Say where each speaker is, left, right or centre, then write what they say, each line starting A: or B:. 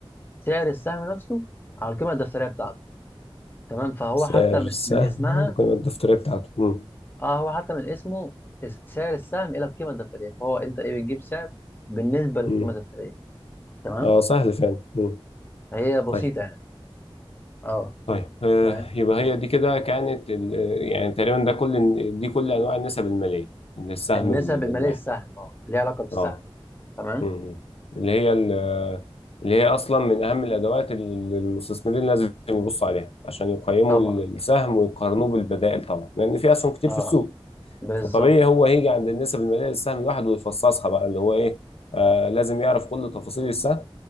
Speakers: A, on the left (about 20°); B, on the left (about 80°).
A: سعر السهم نفسه على القيمه الدفتريه بتاعته تمام فهو
B: سعر
A: حتى
B: السهم
A: من, من اسمها
B: على القيمة الدفترية بتاعته امم
A: اه هو حتى من اسمه اس- سعر السهم الى القيمه الدفتريه فهو انت ايه بتجيب سعر بالنسبه للقيمه
B: امم
A: الدفتريه تمام
B: اه سهل فعلا امم
A: فهي بسيطه
B: طيب
A: يعني اه
B: طيب آه
A: تمام
B: يبقى
A: مم.
B: هي دي كده كانت ال- يعني تقريبا ده كل دي كل انواع النسب المالية للسهم
A: النسب
B: ال-
A: الماليه
B: الواحد
A: للسهم اه ليها علاقه بالسهم
B: اه
A: تمام
B: مم. اللي هي ال- اللي هي اصلا من اهم الادوات اللي المستثمرين لازم يبصوا عليها عشان يقيموا
A: طبعا
B: السهم
A: طبعاً.
B: ويقارنوه بالبدائل طبعا لان في اسهم كتير
A: اه
B: في السوق
A: بالظبط
B: فطبيعي هو هيجي عند النسب الماليه للسهم الواحد ويفصصها بقى اللي هو ايه آه لازم يعرف كل تفاصيل السهم